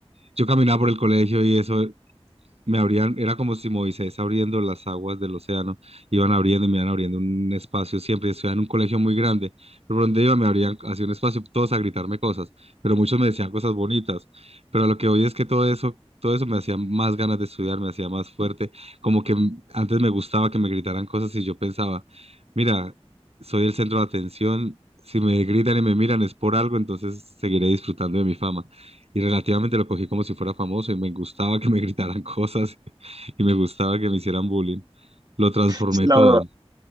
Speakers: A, on the right; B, on the right.
A: Yo caminaba por el colegio y eso me abrían, era como si Moisés abriendo las aguas del océano, iban abriendo y me iban abriendo un espacio siempre, estudiaba en un colegio muy grande, pero por donde iba me abrían así un espacio, todos a gritarme cosas, pero muchos me decían cosas bonitas, pero a lo que hoy es que todo eso, todo eso me hacía más ganas de estudiar, me hacía más fuerte, como que m- antes me gustaba que me gritaran cosas y yo pensaba, mira, soy el centro de atención, si me gritan y me miran es por algo, entonces seguiré disfrutando de mi fama. Y relativamente lo cogí como si fuera famoso y me gustaba que me <laughs> gritaran cosas y me gustaba que me hicieran bullying. Lo transformé
B: Sí, la
A: todo.
B: verdad.